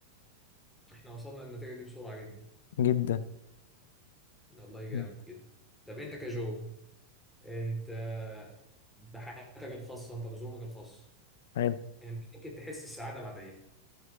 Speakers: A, in the centre; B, on the left.
A: احنا وصلنا للنتيجه دي بسرعه جدا
B: جدا
A: والله جامد
B: جدا.
A: جدا طب انت كجو انت بحياتك الخاصه انت بظروفك الخاصه
B: حلو
A: يعني انت ممكن تحس السعادة بعد ايه